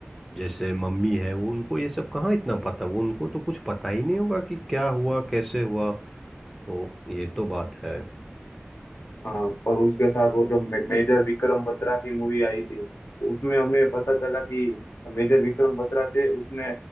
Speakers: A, in the centre; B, on the left.
A: जैसे मम्मी है वो उनको ये सब कहाँ इतना पता वो उनको तो कुछ पता ही नहीं होगा कि क्या हुआ कैसे हुआ तो ये तो बात है
B: हाँ और उसके साथ वो जो मे, मेजर विक्रम बत्रा की मूवी आई थी उसमें हमें पता चला कि मेजर विक्रम बत्रा थे उसने